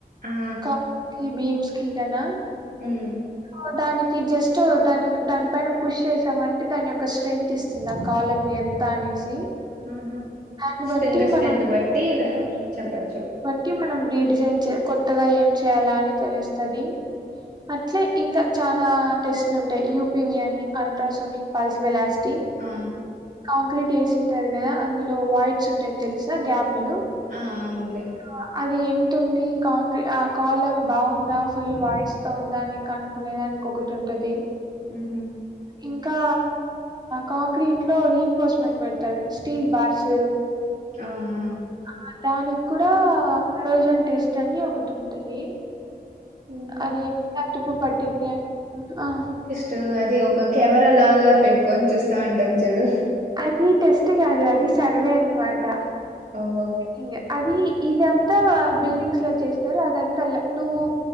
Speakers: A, on the right (about 50°); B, on the right (about 25°).
A: ఆ
B: క కి బీమ్స్కి కనా
A: ఉమ్మ్
B: ఓ దానికి జస్ట్ దానికి దాని పైన పుష్ చేసామంటే దాని యొక్క స్ట్రెంత్ ఇ స్తుంది ఆ కాలంది ఎంత అనేసి
A: మ్మ్ఉమ్మ్
B: దాన్ని
A: స్ట్రింగస్
B: బట్టి మనం
A: స్ట్రెంత్ బట్టి ర చెప్పచ్చు
B: కీ మనం రీడిజైన్ చే కొత్తగా ఏం చేయ్యాలా అని తెలుస్తాది ట్లే ఇంకా చానా టెస్ట్లు ఉంటాయి యూపివి అని అల్ట్రాసోనిక్ పల్స్ వెలా సిటీ
A: ఆ
B: కాంక్రీట్ ఏసి టారు కదా అందులో వాయిట్స్ ఉంటాయి తెలుసా గ్యాప్లు
A: ఆ అవున్లే
B: ఆ అది ఎంతుంది కాంగి ఆ కాలం బాగుందా ఫుల్ వైడ్స్‌తో ఉందా అని కనుక్కునేదానికి ఒకటి ఉంటది
A: మ్మ్ఉమ్మ్
B: ఇంకా కాంక్రీట్లో రీ ఎన్ఫోర్స్మెంట్ పెడతారు కదా స్టీల్ బార్స్
A: ఉమ్మ్ ఉమ్మ్
B: ఆ దానికి కూడా ఫరోజన్ టెస్ట్ అని ఒకటి ఉంటది
A: ఉహు
B: అది ఎట్లా తుప్పు పట్టింది అని హా
A: తో అది ఒక కెమెరా లాగా పెట్టుకొని చూస్తా ఉంటాం చూడు
B: అది టెస్ట్ కాదు అది సర్వే అన్నమాట
A: ఓహో
B: ఇంగా అది ఇదంతా బిల్డింగ్స్‌లో చేస్తారు అదంతా ల్య నువ్వు